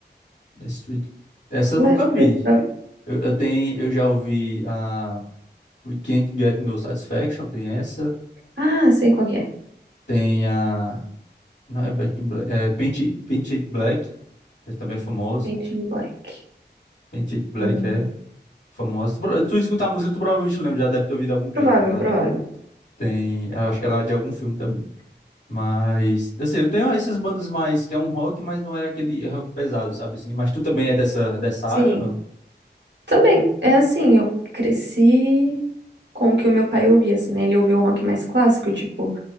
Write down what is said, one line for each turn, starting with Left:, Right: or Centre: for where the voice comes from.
Left: The Street. Essa eu
Right: Let's
Left: nunca
Right: Street
Left: vi.
Right: Pub.
Left: Eu, eu tenho, eu já ouvi a We Can't Get No Satisfaction, tem essa.
Right: Ah, sei qual que é.
Left: Tem a. Não é Back in Black. É Paint, It- Paint It Black, essa também é famosa.
Right: Painting Black.
Left: Paint It Black
Right: Ah,
Left: é famosa. Tu, pro- tu escutar a música, tu provavelmente lembra, já deve ter ouvido em algum canto.
Right: provável,
Left: Ela
Right: provável.
Left: tem. Eu acho que ela é de algum filme também. Mas, assim, eu tenho essas bandas mais que é um rock, mas não é aquele rock pesado, sabe assim? Mas tu também é dessa, dessa
Right: Sim.
Left: área ou não?
Right: Também, é assim, eu cresci com o que o meu pai ouvia, assim, né? Ele ouvia um rock mais clássico, tipo